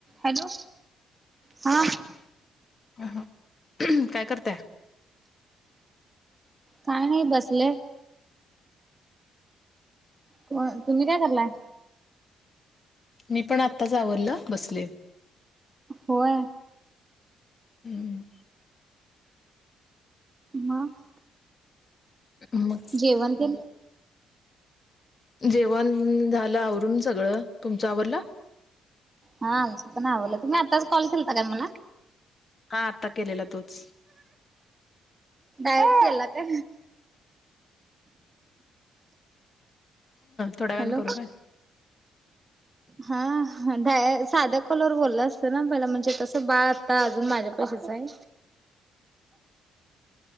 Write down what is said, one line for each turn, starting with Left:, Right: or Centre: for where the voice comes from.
Right: हॅलो हा
Left: अ काय करताय
Right: काय नाही बसले को तुम्ही काय करलाय
Left: मी पण आत्ताच आवरलं बसले
Right: होय
Left: हम्म
Right: ह
Left: मग
Right: जेवण के
Left: जेवण झालं आवरून सगळं तुमच्यावरला
Right: हाम पण आवलं तुम्ही आताच कॉल केलता काय मला
Left: हा आता केलेला तूच
Right: ायला का
Left: थोड्या वेण
Right: हॅलो
Left: करू का
Right: हा ा साध्या कॉलर बोलला असतं ना पहिला म्हणजे कस बा आता अजून माझ्याप कच आहे
Left: ह